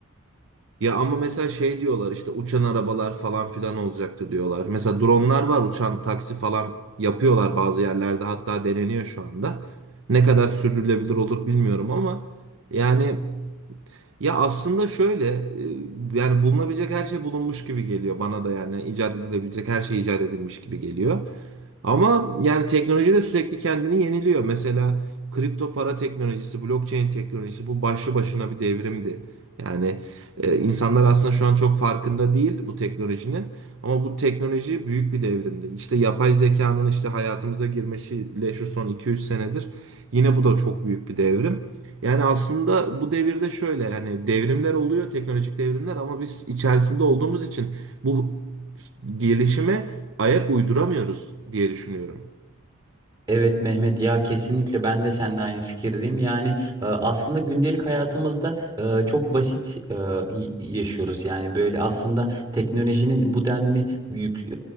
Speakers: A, on the right; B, on the right.
A: Ya ama mesela şey diyorlar işte uçan arabalar falan filan olacaktı diyorlar. Mesela dronlar var uçan taksi falan yapıyorlar bazı yerlerde hatta deneniyor şu anda. Ne kadar sürdürülebilir olur bilmiyorum ama yani ya aslında şöyle e, yani bulunabilecek her şey bulunmuş gibi geliyor bana da yani icat edilebilecek her şey icat edilmiş gibi geliyor. Ama yani teknoloji de sürekli kendini yeniliyor. Mesela kripto para teknolojisi, blockchain teknolojisi bu başlı başına bir devrimdi. Yani e, insanlar aslında şu an çok farkında değil bu teknolojinin. Ama bu teknoloji büyük bir devrimdi. İşte yapay zekanın işte hayatımıza girmesiyle şu son iki üç senedir yine bu da çok büyük bir devrim. Yani aslında bu devirde şöyle yani devrimler oluyor, teknolojik devrimler ama biz içerisinde olduğumuz için bu gelişime ayak uyduramıyoruz diye düşünüyorum.
B: Evet Mehmet ya kesinlikle ben de seninle aynı fikirdeyim. Yani e, aslında gündelik hayatımızda e, çok basit e, y- yaşıyoruz. Yani böyle aslında teknolojinin bu denli büyük e,